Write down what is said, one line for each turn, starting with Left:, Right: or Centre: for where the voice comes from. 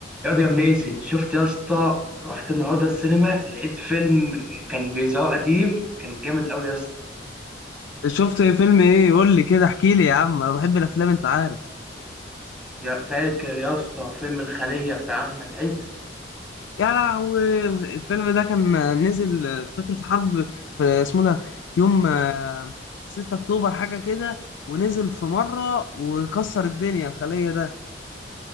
Centre: ياض يا منيسي شفت يا اسطى رحت النهارده السينما لقيت فيلم كان بيذاعوه قديم كان جامد قوي يا اسطى
Left: شفت فيلم ايه قول لي كده احكي لي يا عم انا بحب الافلام انت عارف
Centre: يا فاكر يا اسطى فيلم الخلية بتاع احمد عز
Left: يا لهوي الفيلم ده كان نزل فاكر في حرب في اسمه ده يوم آه، 6 اكتوبر حاجه كده ونزل في مره وكسر الدنيا الخليه ده